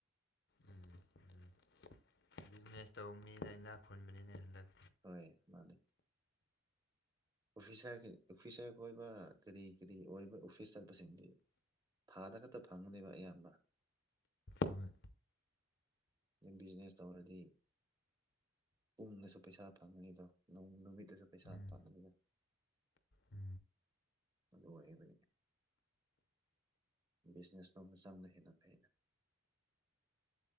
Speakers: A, on the left; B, on the right.
A: ꯎꯝ ꯎꯝ ꯕꯤꯖꯤꯅꯦꯁ ꯇꯧꯕ ꯃꯤꯅ ꯏꯅꯥꯛ ꯈꯨꯟꯕꯅꯤꯅ ꯍꯜꯂꯛ
B: ꯍꯣꯏ ꯃꯥꯅꯦ ꯑꯣꯐꯤꯁꯥꯔ ꯑꯣꯐꯤꯁꯥꯔ ꯀꯣꯏꯕ ꯀꯔꯤ ꯀꯔꯤ ꯑꯣꯏꯕ ꯑꯣꯐꯤꯁ ꯆꯠꯄꯁꯤꯡꯗꯤ ꯊꯥꯗ ꯈꯛꯇ ꯐꯪꯅꯦꯕ ꯑꯌꯥꯝꯕ
A: ꯍꯣꯏ
B: ꯕꯤꯖꯤꯅꯦꯁ ꯇꯧꯔꯗꯤ ꯄꯨꯡꯗꯁꯨ ꯄꯩꯁꯥ ꯐꯪꯉꯅꯤꯗꯣꯣꯡ ꯅꯨꯃꯤꯠꯇꯁꯨ ꯄꯩꯁꯥ
A: ꯎꯝ
B: ꯐꯪꯉꯅꯤꯗꯣ
A: ꯎꯝ
B: ꯑꯗꯨꯗꯨ ꯍꯣꯔꯕ ꯕꯤꯖꯤꯅꯦꯁ ꯅꯣꯝꯅ ꯆꯥꯡꯅ ꯍꯦꯟꯅ ꯐꯥꯏꯅ